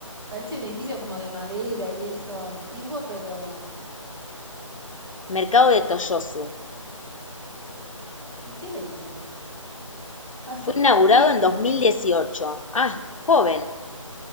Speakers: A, on the right (about 40°); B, on the left (about 75°).
A: parece un edificio como de madera y eso antiguo, pero
B: Mercado de Toyosu.
A: ¿y qué venden ahí? Ah,
B: Fue
A: son
B: inaugurado
A: paquetes
B: en 2018.
A: y eso.
B: Ah, joven.